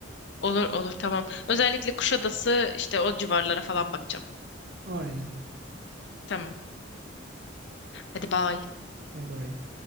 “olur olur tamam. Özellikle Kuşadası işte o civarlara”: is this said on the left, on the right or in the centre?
Left